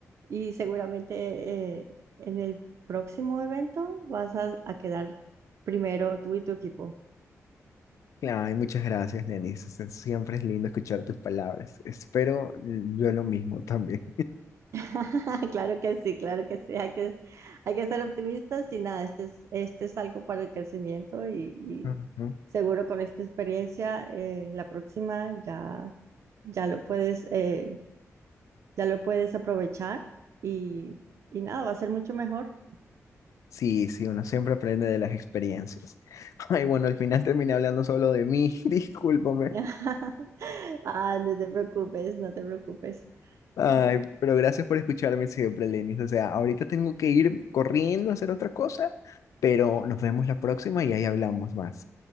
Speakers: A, on the right; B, on the left.
A: y seguramente eh, en el próximo evento vas a, a quedar primero tú y tu equipo.
B: Ay, muchas gracias, Lenis. o sea, Siempre es lindo escuchar tus palabras. Espero yo lo mismo también.
A: <laughs> Claro que sí, claro que sí. Hay que, hay que ser optimistas y nada, este es, este es algo para el crecimiento y, y
B: <laughs>
A: seguro con esta experiencia, eh, la próxima ya. ya lo puedes, eh, ya lo puedes aprovechar y, y nada, va a ser mucho mejor.
B: Sí, sí, uno siempre aprende de las experiencias. <laughs> Ay, bueno, al final terminé hablando solo de mí, <laughs> discúlpame.
A: <laughs> Ah, no te preocupes, no te preocupes.
B: Ay,
A: Eh,
B: pero gracias por escucharme siempre, Lenis. O sea, ahorita tengo que ir corriendo a hacer otra cosa, pero nos vemos la próxima y ahí hablamos más.